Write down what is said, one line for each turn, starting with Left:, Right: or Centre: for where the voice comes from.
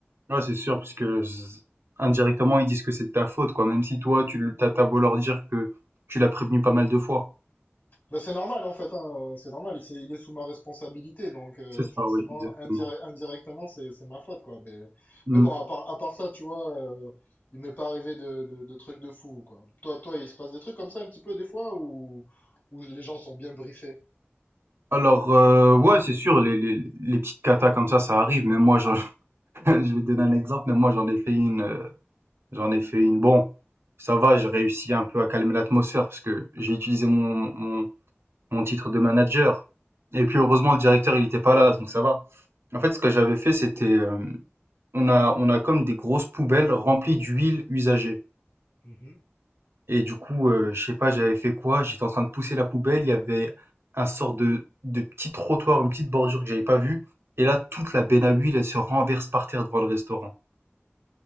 Right: Ouais, c'est sûr, parce que z indirectement, ils disent que c'est de ta faute, quoi, même si toi, tu le tu as beau leur dire que tu l'as prévenu pas mal de fois.
Left: Ben, c'est normal en fait, hein, c'est normal, c'est- il est sous ma responsabilité, donc euh,
Right: C'est ça,
Left: forcément
Right: oui, exactement.
Left: indire- indirectement c'est c'est ma faute quoi. Mais,
Right: Mmh.
Left: mais bon, à part, à part ça, tu vois, euh, il m'est pas arrivé de, de, de trucs de fou quoi. Toi, toi, il se passe des trucs comme ça un petit peu des fois où, où les gens sont bien briefés.
Right: Alors, heu, ouais, c'est sûr, les les les petites catas comme ça, ça arrive, mais moi, j'en <laughs> Je vais te donner un exemple, mais moi j'en ai fait une, euh, j'en ai fait une. Bon, ça va, j'ai réussi un peu à calmer l'atmosphère parce que j'ai utilisé mon, mon, mon titre de manager. Et puis heureusement le directeur il était pas là, donc ça va. En fait, ce que j'avais fait, c'était, euh, on a, on a comme des grosses poubelles remplies d'huile usagée.
Left: Mhm.
Right: Et du coup, euh, je sais pas, j'avais fait quoi? J'étais en train de pousser la poubelle, il y avait un sort de, de petit trottoir, une petite bordure que j'avais pas vue. Et là, toute la benne à huile, elle se renverse par terre devant le restaurant.